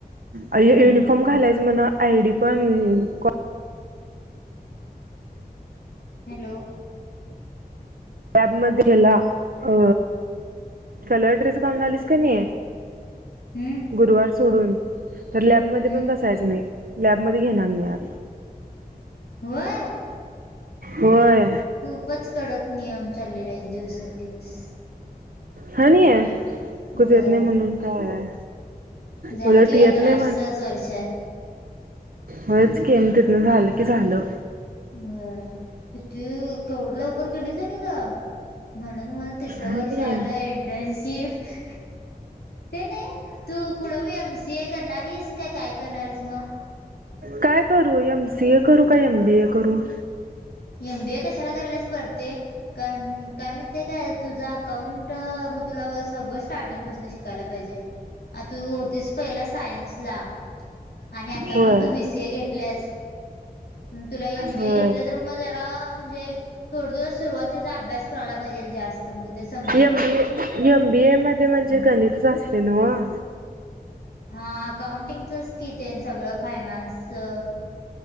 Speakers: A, on the right; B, on the left.
A: आयो युनिफॉर्म घालायचं म्हणं, आयडी पण काफ
B: हॅलो.
A: मध्ये ह्याला अ कलर ड्रेस घालून आलीस कनई
B: हूं..
A: गुरुवार सोडून तर, लॅबमध्ये
B: हम्म
A: पण बसायचं नाही. लॅबमध्ये घेणार नाही आत..
B: व्हयं..
A: होय.
B: खूपच कडक नियम चाललेले आहेत दिवसेंदिवस.
A: हा नाही ह कुझ
B: व्हय.
A: येत नाही म्हणून काय...
B: झालं
A: उलट
B: कि बई
A: येत
B: आता लास्टचचं
A: नाही
B: वर्ष आहे.
A: व्हयंच की, मग तिथनं झालं की झालं.
B: व्हयं किती केवढं लवकर गेलेत क नाही गं, म्हणत-म्हणत तिसरं
A: आणि
B: वर्ष आलं इंटर्नशिप. ते नाही तू पुढं मी एम सी ए करणारीस का काय करणारीस मग?
A: काय करू एम सी ए करू का, एम बी ए करू.?
B: एम बी ए कशाला करायल्यास परते. कारण काय महित्या काय तुझं अकाउंट, मग तुला सगळं स्टार्टिंग पासून शिकायला पाहिजे. आ तू होतीस पहिला सायन्सला. आणि आता
A: होय
B: पण तू बी सी ए घेतल्यास, तुला एम बी
A: होय
B: ए घेतलं तर मग जरा म्हणजे थोडं दिवस सुरुवातीचा अभ्यास करायला पाहिजेल जास्त. असं म्हणजे ते समज
A: M B A, M B A मध्ये म्हणजे गणितच असते नव्हं.?
B: हा अकाउंटिंगचंच की तेन सगळं फायनान्सचं.